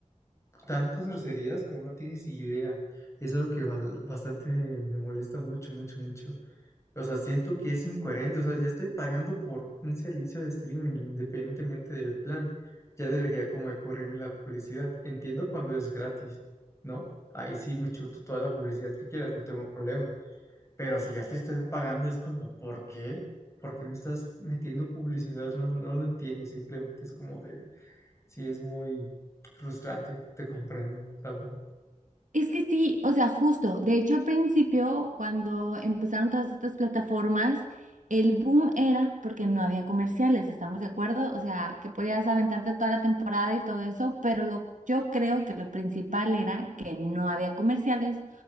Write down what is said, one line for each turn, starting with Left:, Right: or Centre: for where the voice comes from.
Left: tantas groserías como no tienes idea. Es algo que bal- bastante me molesta mucho, mucho, mucho. O sea, siento que es incoherente. O sea, ya estoy pagando por un servicio de streaming independientemente del plan. Ya debería como de cubrirme la publicidad. Entiendo cuando es gratis, ¿no? Ahí sí me chuto toda la publicidad que quieras, no tengo problema. Pero si ya te estoy pagando, es como, ¿por qué? ¿Por qué me estás metiendo publicidad? No, no lo entiendo, simplemente es como de, sí, es muy frustrante, te comprendo, la verdad.
Right: Es que sí, o sea, justo. De hecho, al principio, cuando empezaron todas estas plataformas, el boom era porque no había comerciales, ¿estamos de acuerdo? O sea, que podías aventarte toda la temporada y todo eso, pero lo, yo creo que lo principal era que no había comerciales,